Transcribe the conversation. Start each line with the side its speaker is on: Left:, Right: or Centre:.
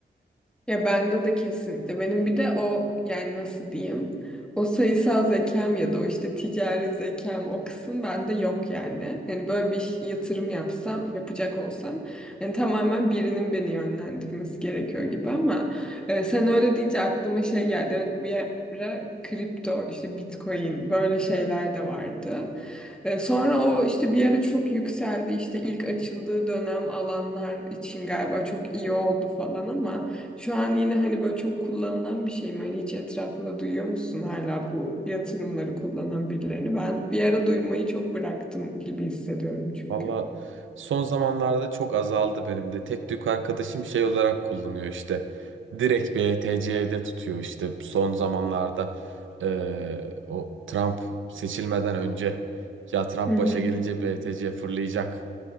Centre: Ya bende de kesinlikle. Benim bir de o yani nasıl diyeyim? O sayısal zekam ya da o işte ticari zekam o kısım bende yok yani. Hani böyle bir ş- yatırım yapsam, yapacak olsam yani tamamen birinin beni yönlendirmesi gerekiyor gibi ama e, sen öyle deyince aklıma şey geldi. Evet bir ara kripto işte Bitcoin böyle şeyler de vardı. E, Sonra o işte bir ara çok yükseldi. İşte ilk açıldığı dönem alanlar için galiba çok iyi oldu falan ama şu an yine hani böyle çok kullanılan bir şey mi? Hani hiç etrafında duyuyor musun hala bu yatırımları kullanan birilerini? Ben bir ara duymayı çok bıraktım gibi hissediyorum çünkü.
Right: Valla son zamanlarda çok azaldı benim de. Tek tük arkadaşım şey olarak kullanıyor işte. Direkt BTC'de tutuyor işte son zamanlarda eee, o Trump seçilmeden önce ya Trump
Centre: Hı
Right: başa
Centre: hı,
Right: gelince BTC fırlayacak